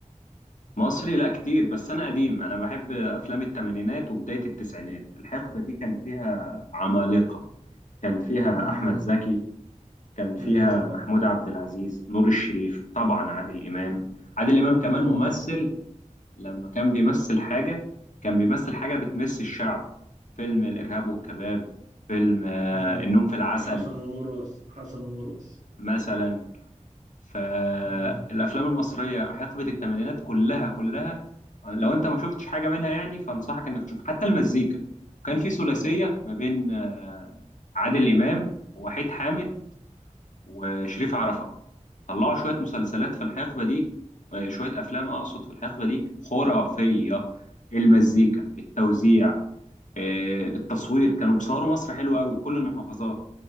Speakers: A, on the left; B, on the right.
A: مصري لا كتير بس انا قديم انا بحب افلام الثمانينات وبدايه التسعينات الحقبه دي كان فيها عمالقه كان فيها
B: امم
A: احمد زكي كان فيها
B: ايوه طبعا
A: محمود عبد العزيز نور الشريف طبعا عادل امام عادل امام كمان
B: طبعا
A: ممثل لما كان بيمثل حاجه كان بيمثل حاجه بتمس الشعب فيلم الارهاب والكباب فيلم آه،
B: امم
A: النوم في العسل
B: حسن ومرقص حسن ومرقص
A: مثلا فالافلام
B: امم
A: المصريه حقبه الثمانينات كلها كلها لو انت ما شفتش حاجه منها يعني فانصحك انك تشوف حتى المزيكا كان في ثلاثيه ما بين آه، عادل امام ووحيد حامد وشريف عرفه طلعوا شويه مسلسلات في الحقبه دي آه، شويه افلام اقصد في الحقبه دي خرافيه المزيكا التوزيع آه، التصوير كانوا بيصوروا مصر حلو قوي كل المحافظات